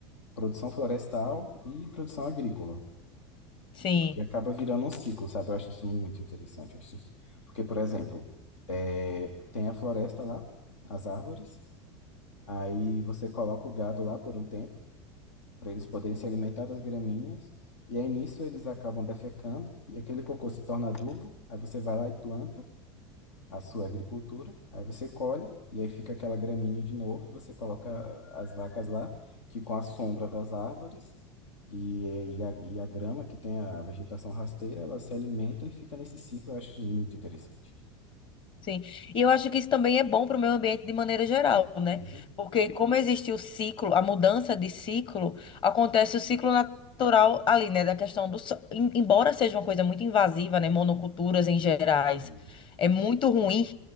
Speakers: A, on the left; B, on the left.
A: produção florestal e produção agrícola.
B: sim.
A: E acaba virando um ciclo, sabe? Eu acho isso muito interessante, eu acho. Porque, por exemplo, é, tem a floresta lá, as árvores, Aí você coloca o gado lá por um tempo, para eles poderem se alimentar das graminhas. E aí nisso eles acabam defecando e aquele cocô se torna adubo. Aí você vai lá e planta a sua agricultura. Aí você colhe e aí fica aquela graminha de novo. Você coloca as vacas lá, que com a sombra das árvores e, e, a, e a grama que tem a vegetação rasteira, elas se alimentam e fica nesse ciclo. Eu acho muito interessante.
B: Sim. E eu acho que isso também é bom para o meio ambiente de maneira geral,
A: Com certeza.
B: né? Porque como existe o ciclo, a mudança de ciclo, acontece o ciclo natural ali, né? Da questão do solo. Embora seja uma coisa muito invasiva, né? Monoculturas em gerais,
A: Sim.
B: é muito ruim